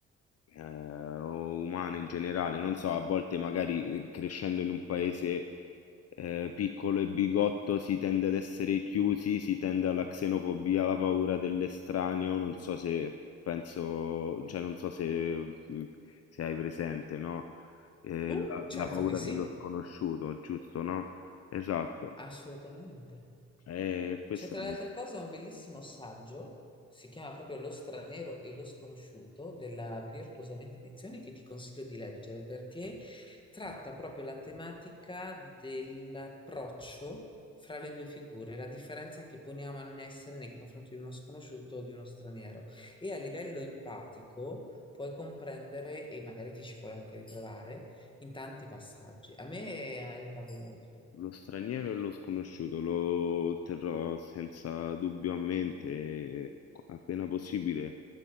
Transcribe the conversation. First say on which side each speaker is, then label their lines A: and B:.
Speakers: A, on the left (about 55°); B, on the left (about 15°).
A: eh, o umane in generale. Non so, a volte magari eh, crescendo in un paese eh, piccolo e bigotto si tende ad essere chiusi, si tende alla xenofobia, alla paura dell'estraneo. Non so se penso, cioè non so se, mm, se hai presente, no? Eh,
B: Uh,
A: la,
B: certo
A: la paura
B: che sì,
A: dello sconosciuto, giusto, no? Esatto.
B: assolutamente.
A: Eh, questa
B: C'è tra le altre cose un bellissimo saggio, si chiama proprio Lo straniero e lo sconosciuto, della Virtuosamente Edizioni, che ti consiglio di leggere perché tratta proprio la tematica dell'approccio fra le due figure, la differenza che poniamo a essere nei confronti di uno sconosciuto o di uno straniero. E a livello empatico puoi comprendere, e magari ti ci puoi anche ritrovare, in tanti passaggi. A me ha aiutato molto.
A: Lo straniero e lo sconosciuto lo terrò senza dubbio a mente e co- appena possibile